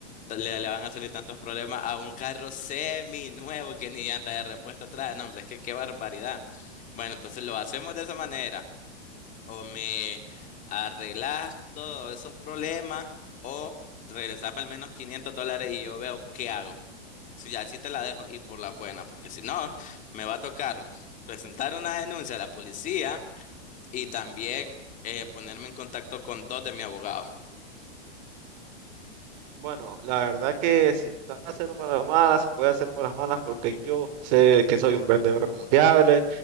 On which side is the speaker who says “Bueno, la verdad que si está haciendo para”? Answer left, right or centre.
Right